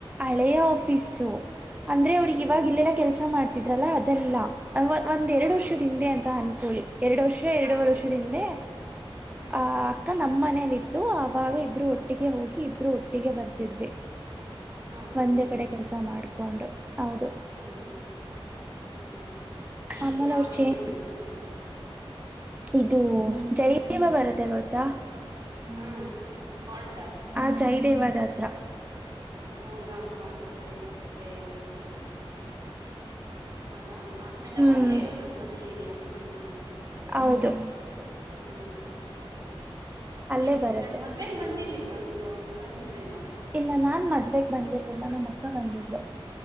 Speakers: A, on the right; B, on the right.
A: ಹಳೆಯ ಆಫೀಸು. ಅಂದ್ರೆ ಅವ್ರಿಗೆ
B: ಹ್ಞೂ
A: ಇವಾಗ ಇಲ್ಲೆನೆ ಕೆಲಸ ಮಾಡ್ತಿದ್ರಲ್ಲ ಅದೆಲ್ಲ ಒಂದ್
B: ಹಾಂ
A: ಎರಡು ವರ್ಷದಿಂದೆ ಅಂತ ಅನ್ಕೊಳ್ಳಿ. ಎರಡು ವರ್ಷ ಎರಡುವೂರೆ
B: ಹಾಂ
A: ವರ್ಷದಿಂದೆ
B: ಹ್ಞೂ
A: ಆ ಅಕ್ಕ ನಮ್ಮ ಮನೇಲಿ ಇತ್ತು ಆವಾಗ ಇಬ್ರು ಒಟ್ಟಿಗೆ ಹೋಗಿ ಇಬ್ರು ಒಟ್ಟಿಗೆ ಬರ್ತಿದ್ವಿ.
B: ಹಾಂ ಹಾಂ
A: ಒಂದೇ ಕಡೆ ಕೆಲಸ ಮಾಡ್ಕೊಂಡು ಹೌದು
B: ಹಾ ಹ್ಮ ಅದೇ ಅದೇ ಎಲ್ಲಿ
A: ಆಮೇಲೆ
B: ಯಾವ
A: ಅವ್ರು ಚೇಂಜ್
B: ಏರಿಯಾದಲ್ಲಿ.
A: ಇದು ಜೈವ ಬರತ್ತೆ ಗೊತ್ತಾ <unintelligible>
B: ಹಾಂ ಹಾರ್ಟ್
A: ಆ ಜಯದೇವ ದತ್ರ
B: ರೋಗ ಆಸ್ಪತ್ರೆ ಚಿಕಿತ್ಸೆ ಅಂತ ಬರುತ್ತಲ್ಲ. ಅದಾ ಹಾಸ್ಪಿಟಲ್
A: ಹ್ಮ್
B: ಅಲ್ಲೇ ಇರೋದು ಅದೇ ಏರಿಯಾ ಹ್ಮ್
A: ಹೌದು
B: ಅ ಹ್ಮ್ ಈಗೇನ್
A: ಅಲ್ಲೇ
B: ಮದ್ವೆ
A: ಬರುತ್ತೆ
B: ಮದ್ವೆಂಗ ಬಂದಿರ್ಲಿಲ್ವಾ ನೀವು ಬಂದಿದ್ರೇನೊ
A: ಇಲ್ಲ ನಾನ್ ಮದ್ವೆಗ್ ಬಂದಿರ್ಲಿಲ್ಲ ನಮ್ಮ ಅಕ್ಕ ಬಂದಿದ್ಲು.